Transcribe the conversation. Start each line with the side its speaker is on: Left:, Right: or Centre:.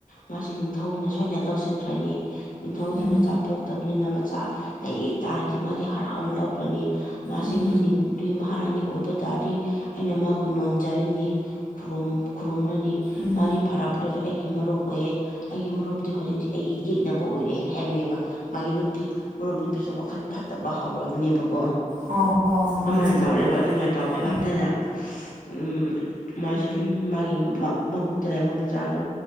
Left: ꯃꯥꯁꯦ ꯅꯤꯡꯊꯧꯅ ꯁꯣꯏꯅ ꯂꯧꯁꯤꯟ ꯈ꯭ꯔꯅꯤ ꯅꯤꯡꯊꯧꯗꯤ
Right: ꯎꯝ
Left: ꯃꯆꯥ ꯄꯣꯛꯇꯕꯅꯤꯅ ꯃꯆꯥ ꯂꯩꯌꯦ ꯇꯥꯔꯗꯤ ꯃꯥꯗꯤ ꯍꯔꯥꯎꯅ ꯂꯧꯈ꯭ꯔꯅꯤ ꯃꯥꯁꯤ
Right: ꯎꯝ
Left: ꯃꯅꯤꯡꯗꯨꯒꯤ ꯃꯍꯥꯔꯥꯅꯤ ꯑꯣꯏꯕ ꯇꯥꯔꯗꯤ ꯑꯩꯅ ꯃꯥꯕꯨ ꯅꯣꯟꯖꯔꯅꯤ ꯈꯨꯔꯨꯝ ꯈꯨꯔꯨꯝꯂꯅꯤ
Right: ꯎꯝ
Left: ꯃꯔꯤ ꯐꯔꯛꯄꯗꯁꯨ ꯑꯩꯒꯤ ꯃꯔꯨꯞ ꯑꯣꯏꯌꯦ ꯑꯩꯒꯤ ꯃꯔꯨꯞꯇꯤ ꯍꯧꯖꯤꯛꯇꯤ ꯑꯩꯒꯤ ꯌꯦꯛꯅꯕ ꯑꯣꯏꯔꯦ ꯍꯥꯏꯕꯅꯦꯕ ꯃꯥꯒꯤ ꯅꯨꯄꯤ ꯃꯔꯨꯞ ꯅꯨꯄꯤꯁꯨ ꯋꯥꯈꯜ ꯐꯠꯇꯕ ꯍꯧꯔꯕꯅꯦꯕꯀꯣ
Right: ꯑꯣ ꯍꯣ ꯅꯨꯡꯉꯥꯏꯇꯦꯗ
Left: ꯑꯃꯥꯏꯅ ꯇꯧꯔꯦꯕ ꯑꯗꯨꯃꯥꯏꯅ ꯇꯧꯕ
Right: ꯎꯝ
Left: ꯀꯥꯟꯗꯨꯗ ꯎꯝ ꯃꯥꯁꯦ ꯃꯥꯒꯤ ꯃꯕꯨꯛꯇ ꯂꯩꯕ ꯃꯆꯥꯗꯨ